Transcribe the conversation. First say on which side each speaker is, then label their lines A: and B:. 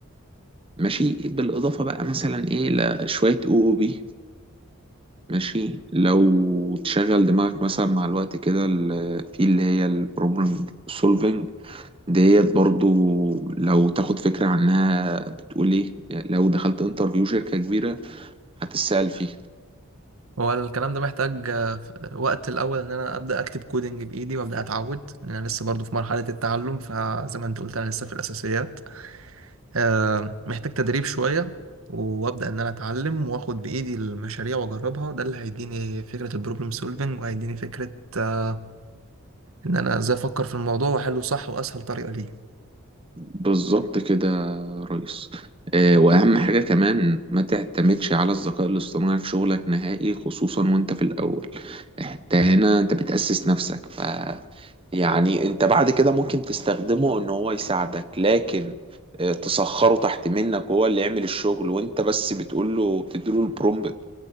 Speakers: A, on the right (about 25°); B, on the right (about 80°).
A: ماشي بالاضافه بقى مثلا ايه لشويه او او بي ماشي لو تشغل دماغك مثلا مع الوقت كده ال- في اللي هي البروبلم سولفنج ديت برضو لو تاخد فكرة عنها بتقول ايه يعني لو دخلت انترفيو شركة كبيرة هتتسأل فيه
B: هو الكلام ده محتاج آه، ف- وقت الاول ان انا ابدا اكتب كودنج بايدي وابدا اتعود لان انا لسه برضو في مرحله التعلم فزي ما انت قلت انا لسه في الاساسيات آه، محتاج تدريب شويه وابدا ان انا اتعلم واخد بايدي المشاريع واجربها ده اللي هيديني فكره البروبلم سولفنج وهيديني فكره آه، ان انا ازاي افكر في الموضوع واحله صح واسهل طريقه ليه
A: بالظبط كده يا ريس آه، وأهم حاجة كمان ما تعتمدش على الذكاء الاصطناعي في شغلك نهائي خصوصا وانت في الأول انت هنا انت بتأسس نفسك ف يعني انت بعد كده ممكن تستخدمه ان هو يساعدك لكن آه، تسخره تحت منك هو اللي يعمل الشغل وانت بس بتقول له بتديله البرومبت